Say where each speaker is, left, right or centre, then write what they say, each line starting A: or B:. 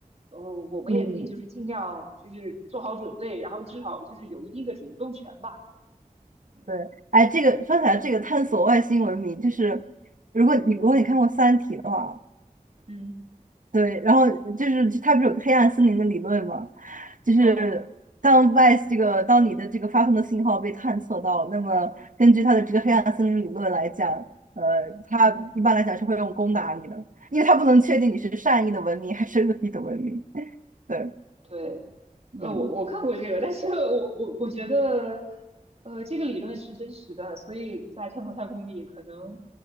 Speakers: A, on the right (about 45°); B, on the right (about 65°).
A: 呃，我们也可以就是尽量就是做好准备，
B: 嗯，
A: 然后至少就是有一定的主动权吧。嗯
B: 对，哎，这个说起来，这个探索外星文明，就是如果你如果你看过《三体》的话，
A: 嗯嗯
B: 对，然后就是它不是有个黑暗森林的理论吗？就是当外这个当你的这个发送的信号被探测到，
A: 嗯
B: 那么根据它的这个黑暗森林理论来讲，
A: 嗯
B: 呃，它一般来讲是会用攻打你的，
A: 嗯，
B: 因为它不能确定你是善意的文明还是恶意的文明。对，
A: 对，
B: 嗯
A: 呃，我我看过这个，但是我我我觉得，呃，这个理论是真实的，所以在太空太空里，可能